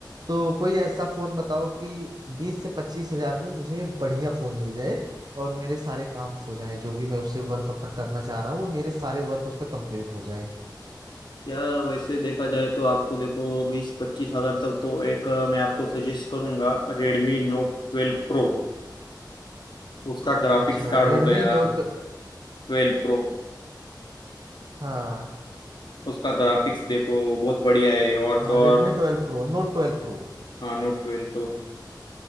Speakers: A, on the right; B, on the left.
A: तो कोई ऐसा फोन बताओ कि बीस से पच्चीस हजार में मुझे बढ़िया फोन मिल जाए और मेरे सारे काम हो जाए जो भी मैं उससे वर्क अपना करना चाह रहा हूँ वो मेरे सारे वर्क उस पर कंप्लीट हो जाए
B: यार वैसे देखा जाए तो आपको देखो बीस पच्चीस हजार तक तो एक अ, मैं आपको सजेस्ट करूंगा रेडमी नोट ट्वेल्व प्रो उसका ग्राफिक्स
A: अच्छा
B: कार्ड
A: रेडमी
B: हो गया
A: नोट
B: ट्वेल्व प्रो
A: हाँ
B: उसका ग्राफिक्स देखो बहुत बढ़िया है और
A: हाँ
B: तो और
A: Redmi twelve pro note twelve pro
B: हाँ नोट ट्वेल्व प्रो